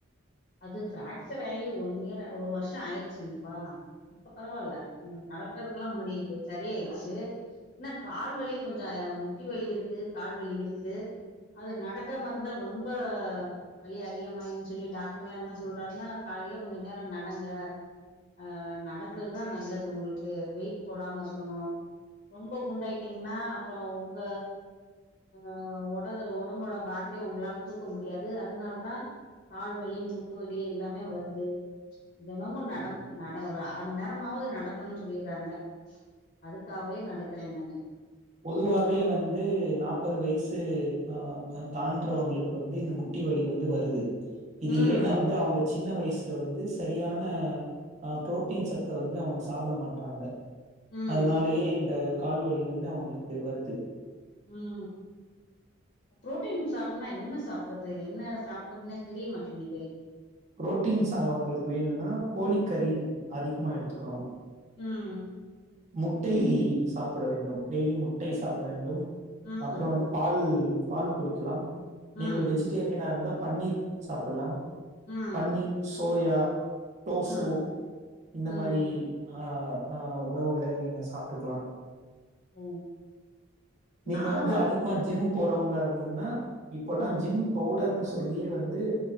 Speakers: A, on the left; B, on the right.
A: அது ஃபிராக்சர் ஆகி ஒன் இயர் ஒரு வருஷம் ஆயிடுச்சுல்லப்பா இப்ப பரவாயில்ல ம் நடக்கிறதுக்கெல்லாம் முடியுது சரியாயிடுச்சு என்னா கால்வலி கொஞ்ச முட்டி வலி இருக்கு கால்வலி இருக்கு அது நடக்காமருந்தா ரொம்ப வலி அதிகமாயுன் சொல்லி டாக் டர்கெல்லாம் என்ன சொல்றாருன்னா காலையில கொஞ்ச நேரம் நடங்க அ நடக்கிறதுதா நல்லது உங்களுக்கு வெயிட் போடாம இருக்கணு ரொம்ப குண்டாயிட்டிங்னா அப்புற உங்க ஆ ஒட ஒடம்போட பாரத்தைய உங்களால தூக்க முடியாது அதனாலதா கால் வலி மூட்டு வலி எல்லாமே வருது தெனமும் நடந்
B: ம்.
A: நட ஒரு அர மண் நேரமாவது நடக்கணும்னு சொல்லியிர்றாங்க அதுக்காகவே நடக்கிறேன் நானு
B: பொதுவாவே வந்து நாப்பது வயசு ஆ தான்றவங்களுக்கு வந்து இந்த முட்டி வலி வந்து வருது இது
A: ம்
B: ஏன்னா வந்து அவுங்க சின்ன வயசு ல வந்து சரியான அ புரோட்டீன் சத்த வந்து அவங்க சாப்பிட மாட்றாங்க
A: ம்
B: அதுனாலயே இந்த கால்வலி வந்து அவுங்களுக்கு வருது
A: ம் புரோட்டீன் சாப்புட்னுனா என்ன சாப்புட்றது என்ன சாப்புட்றதுன்னே தெரியமாட்டேங்கிது
B: புரோட்டீன் சதோ உங்களுக்கு வேணும்னா கோழி கறி அதிகமா எடுத்துக்கணும்
A: ம்
B: முட்டை சாப்பிட வேண்டும் டெய்லி முட்டை சாப்பிட வேண்டும்
A: ம்
B: அப்றோ வந்து பால் பால் குடிக்கலாம்
A: ம்
B: நீங்கள் வெஜிடேரியனா இருந்தா பன்னீர் சாப்பிட்லாம்
A: ம்
B: பன்னீர் சோயா டோஃபோ
A: ம்
B: இந்த
A: ம்
B: மாரி ஆ ஆ உணவுகளை நீங்க சாப்டுக்கலா
A: ம்
B: நீங்க
A: நானு
B: வந்து அதிகமா ஜிம் போறவங்ளா இருந்தீங்கன்னா இப்பல்லா
A: ம்
B: ஜிம் பவுடருன்னு சொல்லியே வந்து